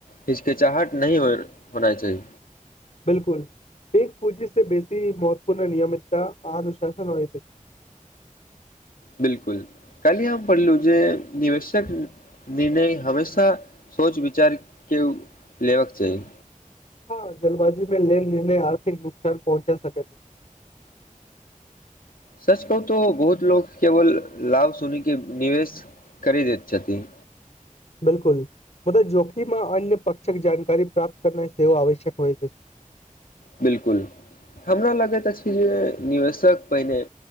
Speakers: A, on the left; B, on the left.
A: हिचकिचाहट नहि हो होना चाही
B: बिलकुल एक पूँजी से बेसी महत्वपूर्ण नियमितता अनुशासन हो
A: बिलकुल काल आम पल जे निवसक निर्णय हमेशा सोच विचार के लेबाक चाही
B: हँ जलबाजू में लेन लने आर्थिक नुकसान पहुँचा सक
A: सच कहू तो बहुत लोको केवल लाभ सुनिके निवेश करि दैत छथिन
B: बिलकुल बा जोखीमें अन्य पक्षक जानकारी प्राप्त करना सेव आवश्यक होइ
A: बिलकुल हमरा लगैत अछि जे निवेशक पहिने